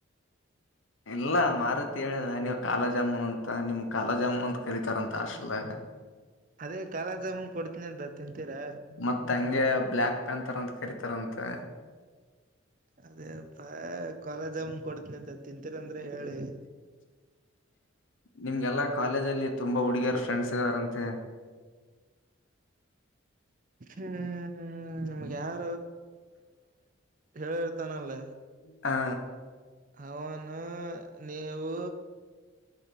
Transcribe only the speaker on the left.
ಇಲ್ಲ ಮಾರುತಿ ಹೇಳದ ನೀವು್ ಕಾಲ ಜಾಮೂನ್ ಅಂತ ನಿಮ್ ಕಾಲ ಜಾಮೂನ್ ಅಂತ ಕರಿತಾರಂತ ಆಷ್ಟಲ್ದಾಗ
ಮತ್ತ ಹಂಗೆ ಬ್ಲಾಕ್ ಪ್ಯಾಂ ತರ ಅಂತ ಕರತಾರಂತೆ
<inaudible> ನಿಮ್ಗೆಲ್ಲಾ ಕಾಲೇಜ ಅಲ್ಲಿ ತುಂಬಾ ಹುಡುಗಿಯರು ಫ್ರೆಂಡ್ಸ್ ಇದ್ದಾರಂತೆ
ಹಾ